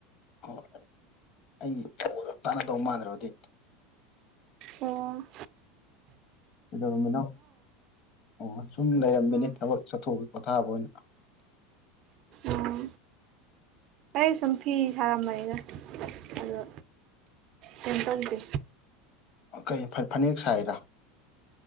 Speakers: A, on the left; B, on the right.
A: <unintelligible> ꯇꯅꯗꯧ ꯃꯥꯟꯗ꯭ꯔꯦꯕ ꯑꯗꯨꯏ
B: ꯑꯣ
A: ꯀꯩꯗꯧꯔꯝꯃꯤꯅꯣ ꯑꯣ ꯁꯨꯝ ꯂꯩꯔꯝꯃꯤꯅꯦ
B: ꯎꯝ
A: ꯊꯕꯛ ꯆꯠꯊꯣꯛꯎꯏ ꯄꯣꯊꯥꯕ ꯑꯣꯏꯅ
B: ꯎꯝ ꯑꯩ ꯁꯨꯝ ꯐꯤ ꯁꯥꯔꯝꯕꯅꯤꯗ ꯑꯗꯣ ꯀꯦꯝ ꯇꯧꯗꯦ
A: ꯑꯥ ꯀꯩ ꯐ ꯐꯅꯦꯛ ꯁꯥꯏꯔꯥ